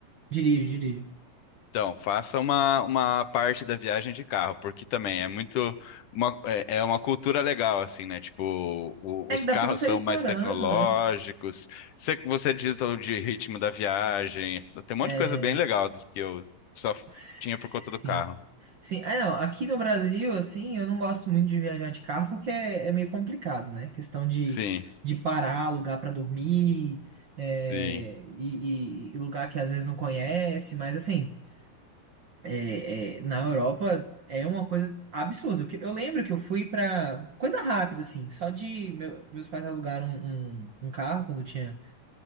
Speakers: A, on the right (about 45°); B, on the left (about 70°).
A: Dirijo, dirijo.
B: Então, faça uma, uma parte da viagem de carro, porque também é muito uma, é é uma cultura legal, assim, né? Tipo, o-
A: É
B: os
A: que
B: carros
A: dá pra você
B: são
A: ir
B: mais
A: parando,
B: tecnológicos,
A: né?
B: você, você diz do, de ritmo da viagem, tem um
A: É.
B: monte de coisa bem legal do que eu só f-
A: Sim.
B: tinha por conta do carro.
A: Sim, é, não, aqui no Brasil, assim, eu não gosto muito de viajar de carro porque é, é meio complicado, né? Questão de,
B: Sim,
A: de parar, lugar pra dormir,
B: sim.
A: é, e e- e lugar que às vezes não conhece, mas assim. é, é, na Europa é uma coisa absurda. Porque Eu lembro que eu fui pra coisa rápida, assim, só de meu- meus pais alugaram um, um- um carro quando eu tinha,